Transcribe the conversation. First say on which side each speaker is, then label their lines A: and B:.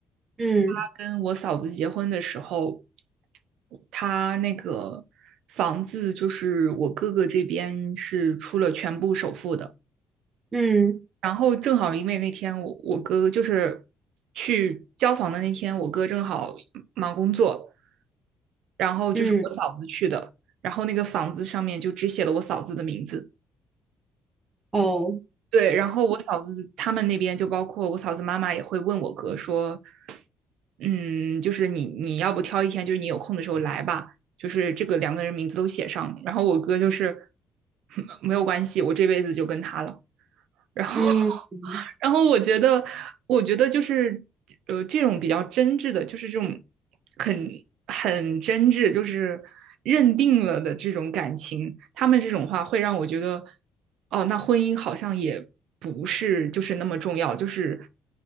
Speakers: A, on the right; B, on the right.
A: 嗯
B: 他跟我嫂子结婚的时候，他那个房子就是我哥哥这边是出了全部首付的，
A: 嗯
B: 然后正好因为那天我我哥就是去交房的那天，我哥正好忙工作，然后就是我嫂子去的，
A: 嗯，
B: 然后那个房子上面就只写了我嫂子的名字。
A: 哦，
B: 对，然后我嫂子他们那边就包括我嫂子妈妈也会问我哥说，嗯，就是你你要不挑一天，就是你有空的时候来吧，就是这个两个人名字都写上，然后我哥就是 <laughs> 没有关系，我这辈子就跟他了。然后，
A: 嗯嗯
B: 然后我觉得，我觉得就是，呃，这种比较真挚的，就是这种很很真挚，就是认定了的这种感情，他们这种话会让我觉得，哦，那婚姻好像也不是就是那么重要，就是